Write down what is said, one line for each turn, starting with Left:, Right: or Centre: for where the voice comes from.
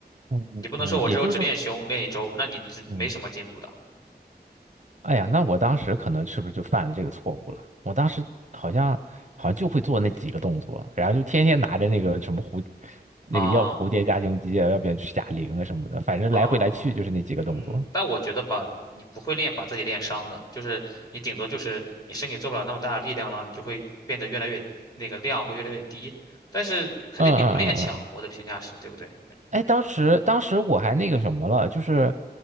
Right: 嗯嗯，
Left: 你不能说我这周只练胸练一周，
Right: 也就是说，
Left: 那你只没什么进步的
Right: 嗯。哎呀，那我当时可能是不是就犯了这个错误了？我当时好像好像就会做那几个动作，然后就天天拿着那个什么蝴，那个要不蝴蝶加胸肌啊，
Left: 啊。
Right: 要不然就是哑铃啊什么的，反正来回来去就是那几个动作。
Left: 啊，嗯，但我觉得吧，你不会练，把自己练伤的，就是你顶多就是你身体做不了那么大的力量了，你就会变得越来越那个量会越来越低，但是肯定比不练强，
Right: 嗯嗯嗯嗯，嗯
Left: 我的评价是，对不对？
Right: 哎，当时当时我还那个什么了，就是